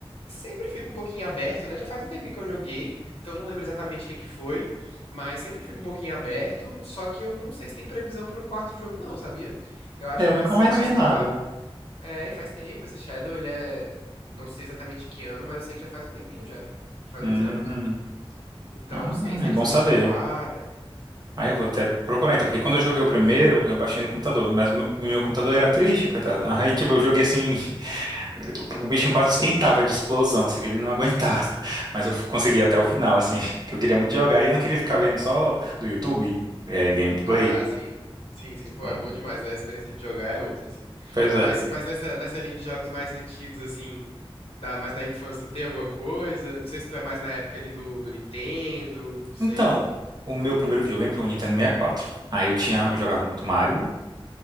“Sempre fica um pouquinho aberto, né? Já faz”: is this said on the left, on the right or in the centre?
Left